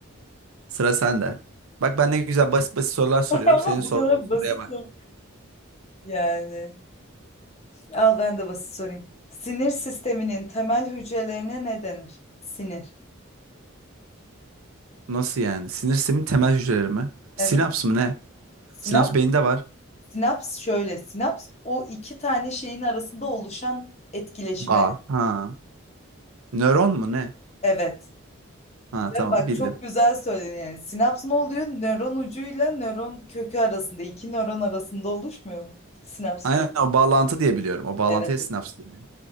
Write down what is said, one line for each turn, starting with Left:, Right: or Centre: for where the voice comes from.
Right: Sıra sende. Bak ben ne güzel basit basit sorular soruyorum.
Left: <laughs> Ama
Right: Senin sorduğun
Left: bu kadar
Right: soruya
Left: basit
Right: bak.
Left: soru. Yani al ben de basit sorayım. Sinir sisteminin temel hücrelerine ne denir? Sinir.
Right: Nasıl yani? Sinir sistemin temel hücreleri mi? Sinaps
Left: Evet.
Right: mı ne?
Left: Sinaps,
Right: Sinapsın beyinde var.
Left: sinaps şöyle. Sinaps o iki tane şeyin arasında oluşan etkileşime.
Right: Bağ.
Left: de-
Right: Ha. Nöron mu ne?
Left: Evet.
Right: Ha
Left: Değil
Right: tamam
Left: mi? Bak
Right: bildim.
Left: çok güzel söyledin yani. Sinaps ne oluyor? Nöron ucuyla nöron kökü arasında, iki nöron arasında oluşmuyor mu? Sinaps
Right: Aynen
Left: böyle.
Right: o bağlantı diye biliyorum. O bağlantıya
Left: Evet,
Right: sinaps
Left: evet.
Right: deniyor.